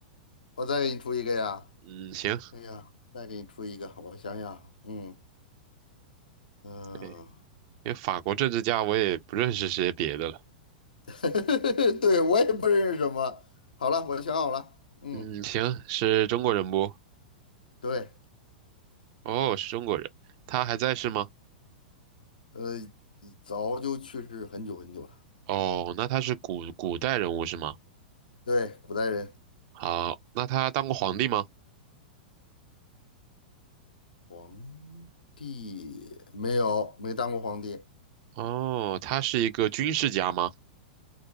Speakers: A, on the left; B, on the right.
A: 我再给你出一个呀。
B: 嗯，行，
A: 哎呀，再给你出一个，我想想啊，嗯嗯，
B: 对，因为法国政治家我也不认识些别的了。
A: <laughs> 对，我也不认识什么。好了，我想好了，嗯，
B: 嗯，行，是中国人不？
A: 对，
B: 哦，是中国人，他还在世吗？
A: 呃，早就去世很久很久了。
B: 哦，那他是古古代人物是吗？
A: 对，古代人，
B: 好，那他当过皇帝吗？
A: 皇帝没有，没当过皇帝。
B: 哦，他是一个军事家吗？